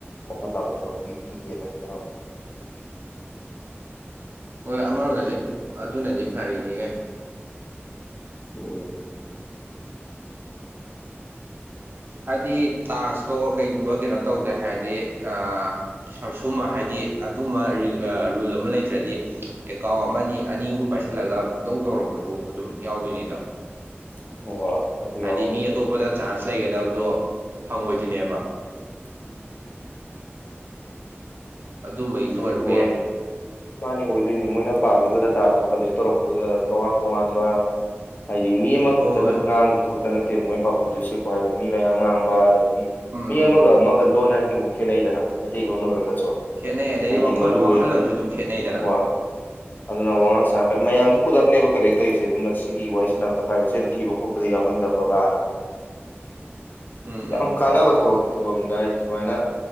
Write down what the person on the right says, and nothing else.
ꯍꯣꯏ ꯑꯃꯔꯣꯝꯗꯗꯤ ꯑꯗꯨꯅꯗꯤ ꯐꯔꯤꯅꯤ ꯀꯩꯅ
ꯍꯥꯏꯗꯤ ꯇꯥꯛꯁꯇꯣ ꯀꯩꯒꯨꯝꯕ ꯀꯩꯅꯣ ꯇꯧꯗꯦ ꯍꯥꯏꯔꯗꯤ ꯑꯥ ꯁꯨꯝꯕ ꯍꯥꯏꯗꯤ ꯑꯗꯨꯝꯕ ꯔꯨꯜ ꯑꯃ ꯂꯩꯇ꯭ꯔꯗꯤ ꯑꯦꯀꯥꯎ ꯑꯃꯅꯤ ꯑꯅꯤ ꯑꯍꯨꯝ ꯄꯥꯏꯁꯤꯜꯂꯒ ꯄꯨꯡꯇꯧ ꯇꯧꯔꯛꯄꯁꯨ ꯑꯗꯨꯝ ꯌꯥꯎꯗꯣꯏꯅꯤꯗꯣ
ꯍꯥꯏꯗꯤ
ꯃꯤ ꯑꯇꯣꯞꯄꯗ ꯆꯥꯟꯁ ꯂꯩꯒꯗꯕꯗꯣ ꯐꯪꯉꯣꯏꯗꯨꯣꯏꯅꯦꯕ
ꯑꯗꯨꯝꯕꯒꯤꯁꯨ
ꯑꯣꯏꯔꯝꯕ
ꯌꯥꯏ
ꯍꯣꯏ
ꯎꯝ
ꯈꯦꯠꯅꯩ ꯑꯗꯩꯗꯤ
ꯋꯥꯈꯜ
ꯋꯥꯈꯜꯂꯣꯟꯁꯨ
ꯑꯗꯨꯝ ꯈꯦꯠꯅꯩꯗꯅ
ꯎꯝ
ꯎꯝ